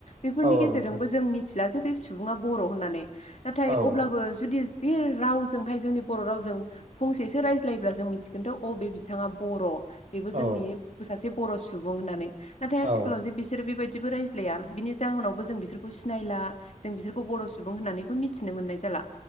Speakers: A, on the left (about 60°); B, on the right (about 65°).
A: बेफोरनि
B: औ औ
A: गेजेरजोंबो
B: नोंथां
A: जों मिथि लासो बे सुबुङा बर' होननानै नाथाय
B: औ
A: अब्लाबो जुदि बे रावजोंहाय जोंनि बर' रावजों फंसे सो रायज्लायब्ला जों मिथिगोनथ' अ बे बिथाङा बर' बेबो
B: औ
A: जोंनि सासे ब बर' सुबुं होननानै। नाथाय
B: औ
A: आथिखालाव जे बिसोरो बेबायदि दिबो रायज्लाया बिनि जाहोनावबो जों बिसोरखौ सिनायला जों बिसोरखौ बर' सुबुं होननानैबो मिथिनो मोननाय जाला।